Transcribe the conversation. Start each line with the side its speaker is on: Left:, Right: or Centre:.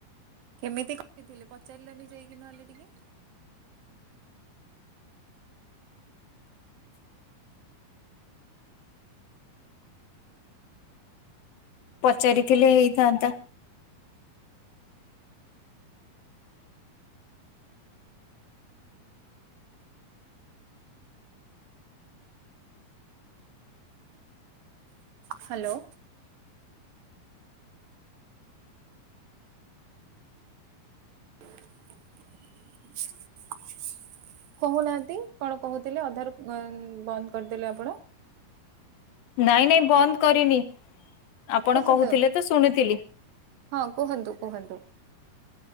Right: କେମିତି କରିଥିଲେ ପଚାରିଲନି ଯାଇକି ନହେଲେ ଟିକେ।
Left: ପଚାରିଥିଲେ ହେଇଥାନ୍ତା। <inaudible>
Right: ହ୍ୟାଲୋ। <inaudible> କହୁନାହାନ୍ତି କଣ କହୁଥିଲେ ଅଧାରୁ ବନ୍ଦ କରିଦେଲେ ଆପଣ?
Left: ନାଇଁ ନାଇଁ ବନ୍ଦ କରିନି। ଆପଣ
Right: କୁହନ୍ତୁ।
Left: କହୁଥିଲେ ତ ଶୁଣିଥିଲି।
Right: ହଁ କୁହନ୍ତୁ କୁହନ୍ତୁ।